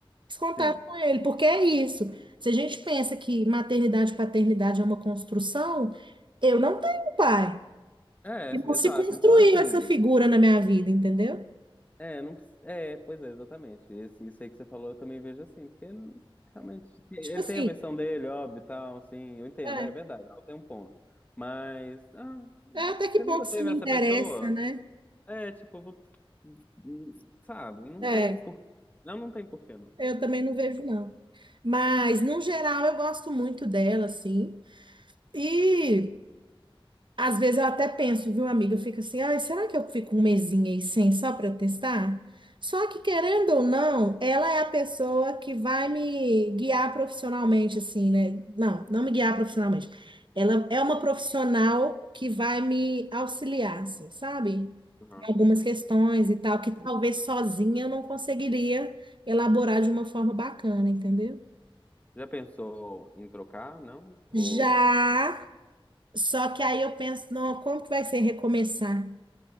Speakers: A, on the right (about 60°); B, on the left (about 15°).
A: esse contato
B: sim.
A: com ele, porque é isso. Se a gente pensa que maternidade e paternidade é uma construção, eu não tenho pai.
B: É,
A: E não
B: exato.
A: se construiu
B: Então, assim.
A: essa figura na minha vida, entendeu?
B: É, não, precis- é, pois é, exatamente. Esse, isso aí que você falou, eu também vejo assim, porque n- realmente ele
A: Tipo assim,
B: tem a versão dele, óbvio, e tal, assim, eu entendo,
A: é,
B: é verdade, ela tem um ponto. Mas, ah,
A: é até que
B: você
A: ponto
B: nunca teve
A: isso me
B: essa
A: interessa,
B: pessoa?
A: né?
B: É, tipo, vou- n- sabe, não
A: É,
B: tem por, não, não tem porquê, não.
A: eu também não vejo, não. Mas, no geral, eu gosto muito dela, assim. E. Às vezes eu até penso, viu, amiga? Eu fico assim, ai, será que eu fico um mesinho aí sem só para eu testar? Só que, querendo ou não, ela é a pessoa que vai me guiar profissionalmente, assim, né? Não, não me guiar profissionalmente. Ela é uma profissional que vai me auxiliar, assim, sabe?
B: Uhum.
A: Em algumas questões e tal, que talvez sozinha eu não conseguiria elaborar de uma forma bacana, entendeu?
B: Já pensou em trocar, não? Ou,
A: Já, só que aí eu penso, não, como que vai ser recomeçar?